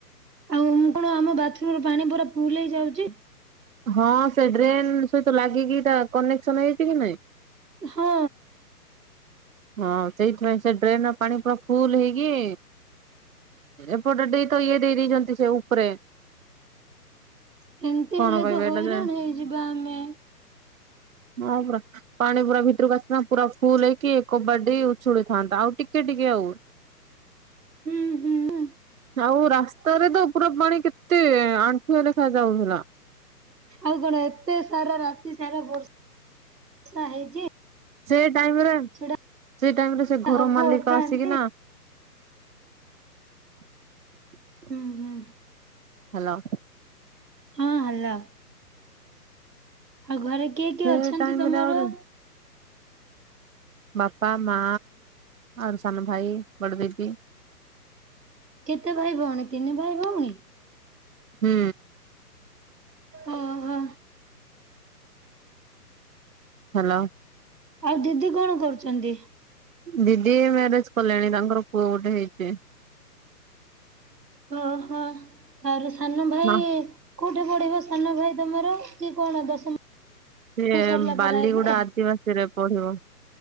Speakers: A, on the right (about 80°); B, on the right (about 55°).
A: ଆଉ ମୁଁ କଣ ଆମ ବାଥରୁମରେ ପାଣି ପୁରା ଫୁଲ୍ ହେଇଯାଉଛି।
B: ହଁ ସେ ଡ୍ରେନ୍ ସହିତ ଲାଗିକି ତା କନେକ୍ସନ ହେଇଛି କି ନାଇଁ?
A: ହଁ।
B: ହଁ ସେଇଥିପାଇଁ ସେ ଡ୍ରେନ ର ପାଣି ପୁରା ଫୁଲ୍ ହେଇକି ଏପଟ ଦେଇ ତ ଇଏ ଦେଇ ଦେଇଛନ୍ତି ସେ ଉପରେ।
A: ହେମିତି
B: କଣ
A: ହେଲେ
B: କହିବେ
A: ତ ହଇରାଣ
B: ଏଇଟା ଯେ
A: ହେଇଯିବା ଆମେ।
B: ହଁ ପୁରା ପାଣି ପୁରା ଭିତରକୁ ଆସି ନା ପୁରା ଫୁଲ ହେଇକି। କବାଡି ଉଛୁଳିଥାନ୍ତା ଆଉ ଟିକେ ଟିକେ ଆଉ।
A: ହୁଁ, ହୁଁଁ।
B: ଆଉ ରାସ୍ତାରେ ତ ପୁରା ପାଣି କେତେ ଆଣ୍ଠୁ ହେ ଲେଖା ଯାଉଥିଲା।
A: ଆଉ କଣ ଏତେ ସାରା ରାତି ସାରା ବର୍ଷା ବର୍ଷା ହେଇଛି।
B: ସେ ଟାଇମରେ
A: ସେଟା
B: ସେଇ ଟାଇମ ରେ ସେ ଘର
A: ହବ
B: ମାଲିକ
A: ଏକା
B: ଆସିକି
A: ଏମତି
B: ନା <inaudible>
A: ହୁଁ, ହୁଁ।
B: ହ୍ୟାଲୋ।
A: ହଁ ହ୍ୟାଲୋ। ଆଉ ଘରେ କିଏ
B: ସେ
A: କିଏ ଅଛନ୍ତି
B: ଟାଇମ
A: ତମର?
B: ରେ ଆହୁରି ବାପା, ମା ଆଉ ସାନ ଭାଇ, ବଡଦିଦି
A: କେତେ ଭାଇ ଭଉଣୀ ତିନି ଭାଇ ଭଉଣୀ?
B: ହୁଁ।
A: ଓ ହୋ।
B: ହ୍ୟାଲୋ।
A: ଆଉ ଦିଦି କଣ କରୁଛନ୍ତି?
B: ଦିଦି ମ୍ୟାରେଜ କଲେଣି ତାଙ୍କର ପୁଅ ଗୋଟେ ହେଇଛି।
A: ଓହୋ ଆର ସାନ ଭାଇ
B: ମା
A: କୋଉଠି ପଢିବ ସାନ ଭାଇ ତମର ସିଏ କଣ ଦଶମ
B: ସିଏ
A: ସରିଲା
B: ବାଲିଗୁଡା
A: ପରେ ଏବେ?
B: ଆଦିବାସୀରେ ପଢିବ